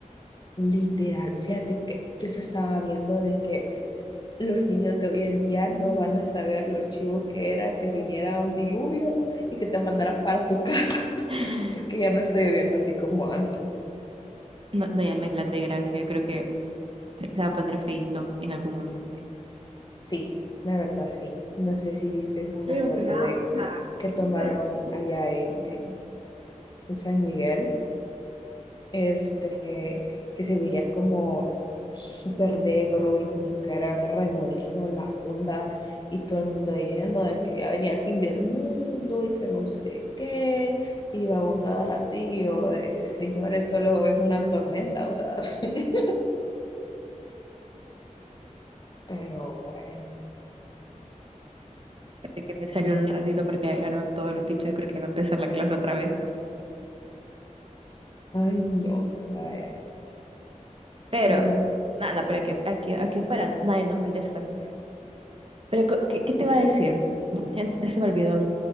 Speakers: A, on the left; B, on the right.
A: Literal, fíjate que que se estaba viendo de que los niños de hoy en día no van a saber lo chivo que era que viniera un diluvio y que te mandaran para tu casa, <laughs>
B: <laughs>
A: porque ya no está lloviendo así como antes.
B: No, no llames la desgracia, creo que se, se va a poner feito en algún momento.
A: Sí, la verdad sí. No sé si viste una
B: Pero
A: foto
B: mira,
A: de
B: o sea,
A: que
B: es
A: tomaron
B: un berrinche.
A: allá en, en- en San Miguel, este, que se veía como súper negro y como que era remolino la onda y todo el mundo diciendo de que ya venía el fin del mundo y que no sé qué y babosadas así o de señores, solo es una tormenta, o sea, <laughs> pero bueno,
B: Así que me salió un ratito porque ya llegaron todos los pichos y creo que va a empezar la clase otra vez.
A: ay no, vaya,
B: Pero,
A: es...
B: nada, no, no, pero aquí, aquí, aquí afuera nadie nos molesta. Pero, co- ¿qué, qué te iba a decir? Ya se ya se me olvidó.